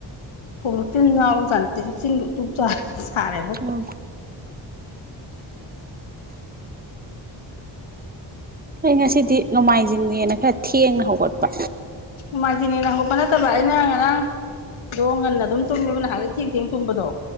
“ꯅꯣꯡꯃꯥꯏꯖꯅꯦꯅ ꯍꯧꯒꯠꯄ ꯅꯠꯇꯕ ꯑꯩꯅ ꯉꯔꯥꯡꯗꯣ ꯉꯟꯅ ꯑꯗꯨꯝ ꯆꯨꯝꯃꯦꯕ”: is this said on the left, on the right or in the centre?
Left